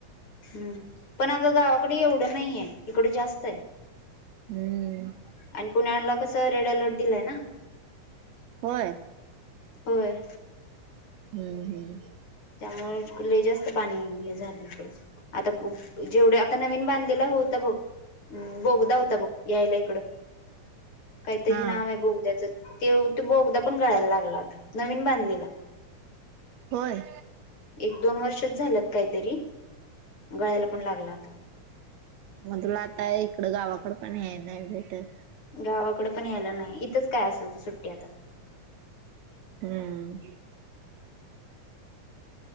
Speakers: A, on the left; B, on the right.
A: हम्म पण अगं गावाकडे एवढं नाहीय इकडे जास्त आहे.
B: हम्म.
A: आणि पुण्याला कसं रेड अलर्ट दिलाय ना.
B: होय.
A: होय.
B: हम्म हम्म.
A: त्यामुळे कुले जास्त पाणी हे झालं. आता जेवढे आता नवीन बांधलेलं होता बघ. हम् बोगदा होता ब यायला इकडं काहीतरी
B: हा
A: नाव आहे बोगद्याचं. ते तू बोगदा पण कळायला लागला आता नवीन बांधलेला.
B: होय.
A: एक दोन वर्षच झाल्यात काहीतरी गळायला पण लागला होता.
B: म तुला आता इकडं गावाकड पण हे नाही भेटत.
A: गावाकडे पण यायला नाही इथंच काय असेल ती सुट्टी आता
B: हम्म.